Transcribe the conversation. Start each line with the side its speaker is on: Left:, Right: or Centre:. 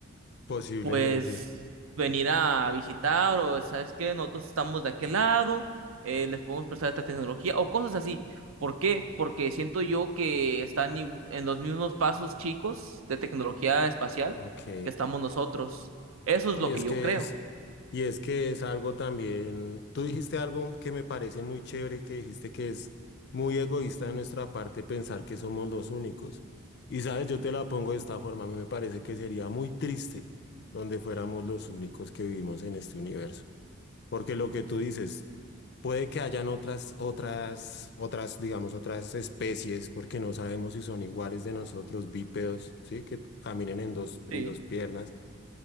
Left: Posiblemente.
Right: pues venir a visitar o sabes que nosotros estamos de aquel lado, eh, les podemos prestar esta tecnología o cosas así. ¿Por qué? Porque siento yo que están igu- en los mismos pasos chicos de tecnología espacial
Left: Ok.
Right: que estamos nosotros. Eso
Left: No,
Right: es lo
Left: y es
Right: que yo
Left: que
Right: creo.
Left: es, y es que es algo también. Tú dijiste algo que me parece muy chévere, que dijiste que es muy egoísta de nuestra parte pensar que somos los únicos. Y sabes, yo te la pongo de esta forma, a mí me parece que sería muy triste donde fuéramos los únicos que vivimos en este universo. Porque lo que tú dices, Puede que hayan otras, otras, otras, digamos, otras especies, porque no sabemos si son iguales de nosotros, bípedos, ¿sí? Que caminen en dos, en
Right: Sí,
Left: dos piernas.